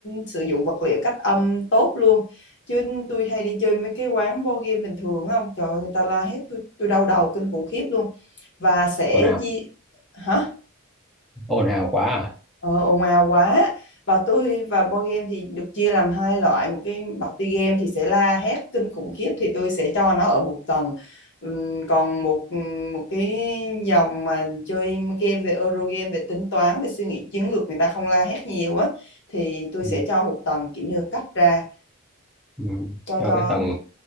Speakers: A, on the left; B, in the centre.
A: sử dụng vật liệu cách âm tốt luôn Chứ tôi hay đi chơi mấy cái quán board game bình thường á ông Trời ơi, người ta la hét tôi tôi đau đầu kinh khủng khiếp luôn Và sẽ
B: Ồn ào,
A: chia Hả?
B: ồn ào quá à?
A: Ờ, ồn ào quá Và tôi và board game thì được chia làm hai loại Một cái party game thì sẽ la hét kinh khủng khiếp Thì tôi sẽ cho nó ở một tầng Ừm, Còn một một cái dòng mà chơi game về Euro game Về tính toán, về suy nghĩ chiến lược Người ta không la hét nhiều á Thì tôi sẽ
B: Ừ.
A: cho một tầng kiểu như cách ra
B: Ừ.
A: Cho
B: Cho
A: cho
B: cái tầng